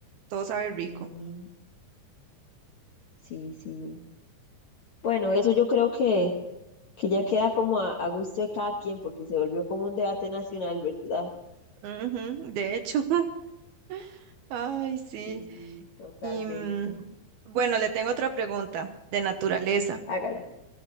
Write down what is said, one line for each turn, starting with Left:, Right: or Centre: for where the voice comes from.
Right: todos saben rico.
Left: Mm, sí, sí. Bueno, eso yo creo que, que ya queda como a, a gusto de cada quien, porque se volvió como un debate nacional, ¿verdad?
Right: Ujú, de hecho, <laughs> ay, sí.
Left: Sí, sí, totalmente.
Right: Y mm, bueno, le tengo otra pregunta de naturaleza.
Left: Hágala.